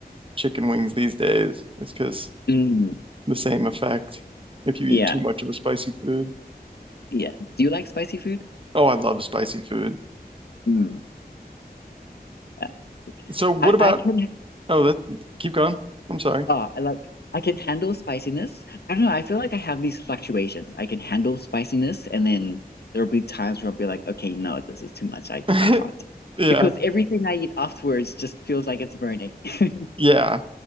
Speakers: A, on the right; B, on the left.
A: chicken wings these days, is because
B: Mm.
A: the same effect if you eat
B: Yeah.
A: too much of a spicy food.
B: Yeah. Do you like spicy food?
A: Oh, I love spicy food.
B: Mm. yeah,
A: So what
B: I,
A: about,
B: I can.
A: oh, that, keep going. I'm sorry.
B: Oh, I like I can handle spiciness. I don't know. I feel like I have these fluctuations. I can handle spiciness, and then there'll be times where I'll be like, okay, you know what, this is too much. I
A: <laughs>
B: I can't.
A: Yeah,
B: Because everything I eat afterwards just feels like it's burning. <laughs>
A: yeah,